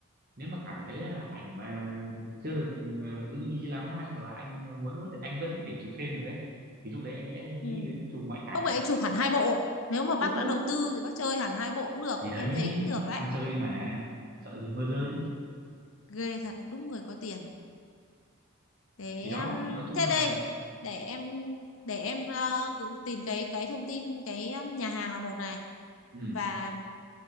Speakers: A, on the right; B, on the left.
A: nếu mà cảm thấy là ảnh mà chưa được ừ, ưng ý lắm hay hoặc là anh muốn có thể anh vẫn có thể chụp thêm được ấy thì lúc đấy anh sẽ nghĩ
B: Ừ.
A: đến chụp ngoại cảnh
B: không phải chụp hẳn hai bộ nếu mà bác
A: ừ.
B: đã đầu tư thì bác chơi hẳn hai bộ cũng được
A: thì đấy
B: em thấy cũng được đấy
A: ăn chơi mà sợ gì mưa rơi
B: Ừ. ghê thật đúng người có tiền thế
A: thì đó
B: em
A: nói chung
B: thế
A: là
B: đây để em để em ờ, gử- tìm cái cái thông tin cái um, nhà hàng là một này
A: ừ
B: và